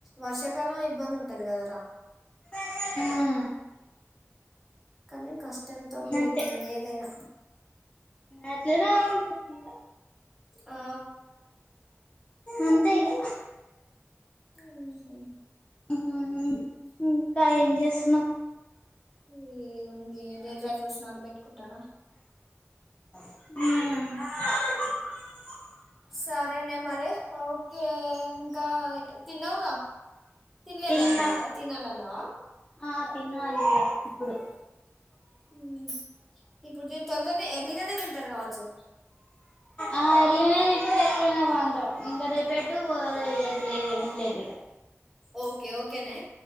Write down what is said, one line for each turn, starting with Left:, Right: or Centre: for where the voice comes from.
Centre: వర్షాకాలం ఇబ్బంది ఉంటది కదరా.
Left: హా
Centre: కాని కష్టంతో కూడుకున్నది
Left: అంతే
Centre: ఏదైనా.
Left: అట్లనే ఉంటది
Centre: ఆ
Left: అంతే ఇగా
Centre: ఊహు
Left: మ్మూ హ్మ్ కా ఏం చేస్తున్నవ్
Centre: ఏ ఉంది ఏం లేదులే డ్రెస్ నాన్న పెట్టుకుంటానా
Left: మ్మూ
Centre: సరేనే మరి ఓకే ఇంకా తిన్నవుగా తినలేదు
Left: తిన్నా
Centre: అన్నావ్ కదా తినాలన్నావా?
Left: ఆ తినాలి ఇగ ఇప్పుడు
Centre: మ్మ్ ఇప్పుడు దీని తొందరగా ఎర్లీగనే తింటరు కావొచ్చు
Left: ఆ ఎర్లిగనే తింటం ఎర్లిగనే పటం ఇంకా రేపేటు పోయే ది లేదు ఏం లేదు ఇగ
Centre: ఓకే ఓకే నే